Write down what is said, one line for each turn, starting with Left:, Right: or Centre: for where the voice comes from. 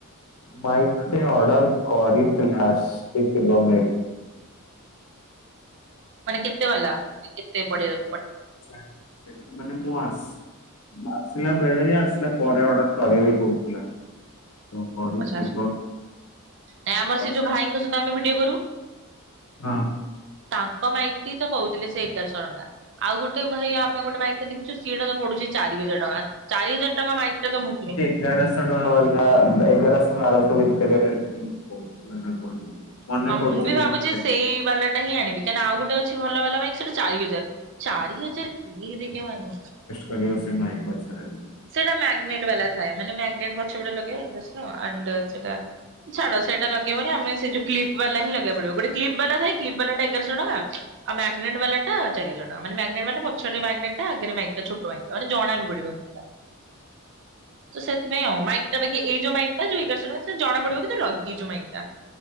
Left: ମାଇକ୍ ପାଇଁ ଅର୍ଡର କରିଥିଲା ଆରସିକ ବନେଇଛି।
Right: ମାନେ କେତେ ବାଲା କେତେ ପଡିବ?
Left: ଚାଳିଶି ଦେଲୁ ମାନେ ମୁଁ ଆସ ଆସିଲା ବେଳେ ଆସିଲା ପରେ ଅଡର କରିବି କହୁଥିଲା। ତ କରିଥିବ।
Right: ପଚାଶ ନାଏଁ ଆମର
Left: ପଚାରିବି
Right: ସେ ଯୋଉ ଭାଇଙ୍କ ସହିତ ଆମେ ଭିଡିଓ କରୁ
Left: ହୁଁ
Right: ତାଙ୍କ ମାଇକି ତ କହୁଥିଲେ ସେ ଏଗାରଶହ ଟଙ୍କା ଆଉ ଗୋଟେ ଭଇ ଆମେ ଗୋଟେ ମାଇକ ସେଦେଖୁ ସିଏଟା ତ ପଡୁଛି ଚାରି ହଜାର ଟଙ୍କ ଚାରି ହଜାର ଟଙ୍କା ମାଇକ୍ ଟା ଦବୁକି?
Left: ତେରଶ ଟଙ୍କା ବାଲା ଏଗାରଶହ ଟଙ୍କା <unintelligible> ବାଲା ଏଗାରଶହ ବାରଶହ ଭିତରେଇ କ ନା କଣ ମନେ
Right: ଅମୁଁ
Left: ପଡୁଛି
Right: ବି
Left: ଯାହା
Right: ଭାବୁଛି
Left: ଟିକେ
Right: ସେଇ
Left: ଟିକେ
Right: ବାଲାଟା ହିଁ ଆଣିବି କାଇନା ଆଉ ଗୋଟେ ଅଛି ଭଲ ବାଲା ବାଇକ୍ ସେଇଟା ଚାରି ହଜାର ଚାରି ହଜାର କିଏ ଦେଇକି ଆଣିବ।
Left: ପରିବେଶ ମାାଇକ ବନ୍ଦ ସରା ଆଜି।
Right: ସେଇଟା ମଗ୍ନେଟ୍ ବାଲା ଥାଏ ମାନେ ମାଗ୍ନେଟ ପଛ ପଟେ ଲଗେଇବା ସେଟା <unintelligible> ଛାଡ ସେହିଟା ଲଗେଇହବନି ଆମେ ସେ ଯୋଉ କ୍ଲିପ ବାଲା ହିଁ ଲଗେଆକୁ ପଡିବ ଗୋଟେ କ୍ଲିପ ବାଲାଥାଏ କ୍ଲିପ ବାଲା ଏଗାରଶହ ଟଙ୍କା ଆଉ ମଗ୍ନେଟେ ବାଲା ଟା ଚାରିଜାର ଟଙ୍କା ମାନେ ମାଗ୍ନଟେ ମାନେ ପଛରେ ମାଗ୍ନେଟା ଆଗରେ ମାଇକ୍ ଛୋଟ ମାଇକ ଟା ମାନେ ଜଣା ବି ପଡିବନି। ସେ ସେଥିପାଇଁ ଆଉ ମାଇକି ଟା ବାକି ଏଇ ଯୋଉ ମାଇକ୍ ଟା ଯୋଉ ଏଗାରଶହ ଟଙ୍କା ସେ ଜଣା ପଡିବ କି ଯେ ଲଗି ଯୋଉ ମାଇକା ଟା